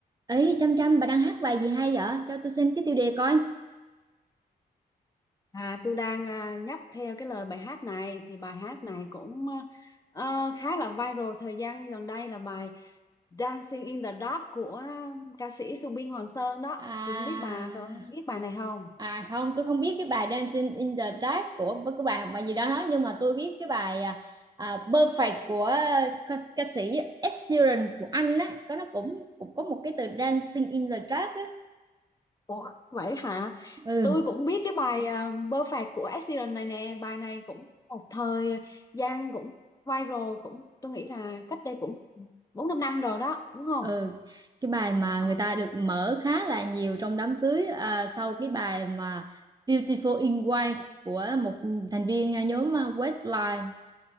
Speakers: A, on the right; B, on the left.
A: ấy chăm chăm bà đang hát bài gì hay vậy cho tôi xin cái tiêu đề coi
B: À, tôi đang à, nhấp theo cái lời bài hát này thì bài hát này cũng à, ờ, khá là viral thời gian gần đây là bài Dancing in the Dark của ca sĩ Subin Hoàng Sơn đó
A: À,
B: thì không biết bà có biết bài này không?
A: à không, tôi không biết cái bài Dancing in the Dark của của bạn mà gì đó nói nhưng mà tôi biết cái bài à, à, Perfect của à, ca, ca sĩ Ed Sheeran của Anh á, có nó cũng cũng có một cái từ Dancing in the Dark á.
B: Ủa vậy hả?
A: Ừ,
B: Tôi cũng biết cái bài à, Perfect của Ed Sheeran này nè bài này cũng một thời gian cũng viral cũng tôi nghĩ là cách đây cũng bốn năm năm rồi đó đúng không?
A: ừ. Cái bài mà
B: Ờ.
A: người ta được mở khá là nhiều trong đám cưới à, sau cái bài mà Beautiful in White của một thành viên à, nhóm à, Westlife.